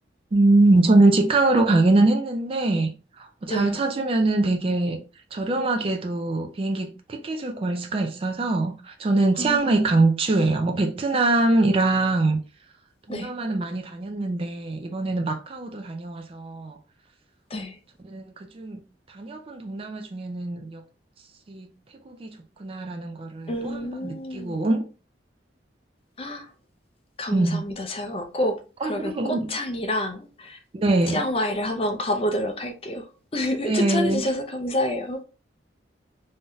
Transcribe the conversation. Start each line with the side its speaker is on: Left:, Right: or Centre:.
Right: 음, 저는 직항으로 가기는 했는데,
Left: 네.
Right: 잘 찾으면은 되게 저렴하게도 비행기 티켓을 구할 수가 있어서, 저는
Left: 아,
Right: 치앙마이 강추예요. 뭐, 베트남이랑 동남아는
Left: 네,
Right: 많이 다녔는데, 이번에는 마카오도 다녀와서,
Left: 네.
Right: 저는 그중 다녀본 동남아 중에는 역시 태국이 좋구나라는 거를
Left: 음,
Right: 또 한 번 느끼고 온,
Left: 아, 감사합니다.
Right: 음,
Left: 제가 꼭
Right: <laughs>
Left: 그러면 꼬창이랑
Right: 네,
Left: 치앙마이를 한번 가보도록 할게요. <laughs>
Right: 네.
Left: 추천해주셔서 감사해요.